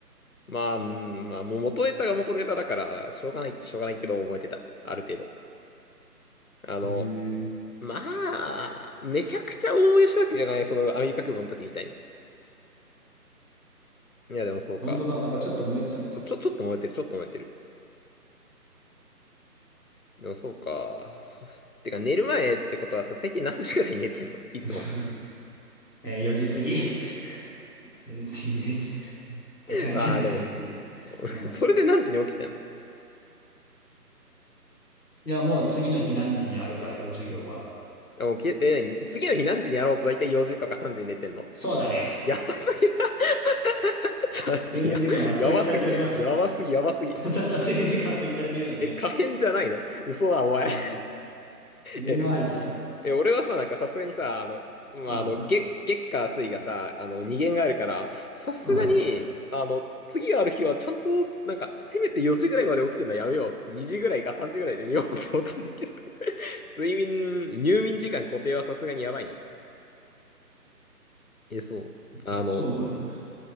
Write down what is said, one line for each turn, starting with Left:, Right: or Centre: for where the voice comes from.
Left: う。まあ、うんまあ、もう元ネタが元ネタだから、しょうがないっちゃしょうがないけど、覚えてた。ある程度。あの、
Centre: へえ。
Left: まあ、めちゃくちゃ応援したわけじゃない、そのアメリカ空母の時みたいに。いや、でもそうか。
Centre: 本当だ。なんかちょっと燃えてたみたい。
Left: ちょ、ちょっと燃えてる、ちょっと燃えてる。でもそうか。そう、てか寝る前ってことはさ、最近何時ぐらいに寝てんのいつも。
Centre: <laughs> えー4時過ぎ。<laughs> 4時過ぎです。確かに店内4時過ぎです。
Left: まあでも、<laughs>
Centre: うん。
Left: それで何時に起きてんの
Centre: じゃあもう次の日何時にあるかだよ、授業は。
Left: あもうきえ、何次の日何時にやろうと大体4時とか3時に寝てんの
Centre: そうだね。
Left: やばすぎ。<laughs> ちょっと待って、
Centre: 睡眠時間は統一されております。
Left: や、やばすぎ。やばすぎ、やばすぎ。
Centre: 私の睡眠時間は統一されているので、
Left: え、可変じゃないの嘘だ、お前。
Centre: あれんじゃない。
Left: <laughs>
Centre: 寝るのは一緒。
Left: ええ、俺はさ、なんかさすがにさ、あの、まあ、
Centre: うん。
Left: あの、月、月火水がさ、あの、二限があるから、さすがに、
Centre: うん。
Left: あの、次がある日はちゃんと、なんか、せめて4時ぐらいまで起きてるのはやめよう。2時ぐらいか3時ぐらいで寝ようって思ったんだけど。<laughs> 睡眠、入眠時間固定はさすがにやばいね。え、そう。
Centre: <laughs>
Left: あの、
Centre: そう。